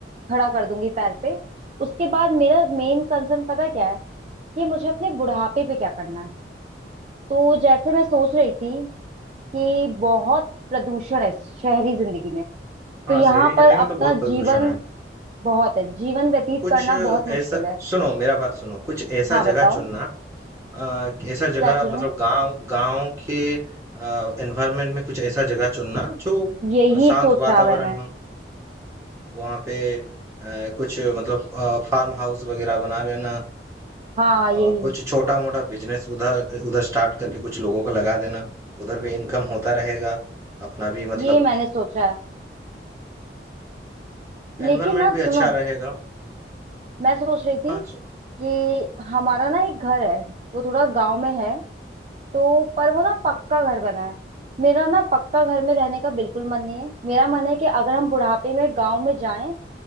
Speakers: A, on the right; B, on the right.
A: खड़ा कर दूंगी पैर पे उसके बाद मेरा मेन कंसर्न पता है क्या है कि मुझे अपने बुढ़ापे पे क्या करना है तो जैसे मैं सोच रही थी कि बहुत प्रदूषण है शहरी जिंदगी में
B: हाँ
A: तो यहाँ
B: शहरी जिंदगी
A: पर अपना
B: में तो बहुत
A: जीवन
B: प्रदूषण है
A: बहुत है जीवन व्यतीत
B: कुछ
A: करना बहुत मुश्किल
B: ऐसा
A: है
B: सुनो मेरा बात सुनो कुछ ऐसा
A: हाँ बताओ
B: जगह चुनना अ, ऐसा जगह
A: क्या चुनूं
B: मतलब गांव गांव के एनवायरमेंट में कुछ ऐसा जगह चुनना जो
A: यही
B: शांत
A: सोचा
B: वातावरण
A: मैंने
B: हो वहाँ पे अ, कुछ मतलब फार्म हाउस वगैरह बना लेना
A: हाँ
B: अ,
A: यही
B: कुछ छोटा मोटा बिजनेस उधर उधर स्टार्ट करके कुछ लोगों को लगा देना उधर भी इनकम होता रहेगा अपना भी मतलब
A: ये मैंने सोचा है
B: एनवायरनमेंट
A: लेकिन ना
B: भी
A: सुनो
B: अच्छा रहेगा
A: मैं सोच रही थी
B: हाँ सु-
A: कि हमारा ना एक घर है वो थोड़ा गांव में है तो पर वो ना पक्का घर बना है मेरा ना पक्का घर में रहने का बिल्कुल मन नहीं है मेरा मन है कि अगर हम बुढ़ापे में गांव में जाएं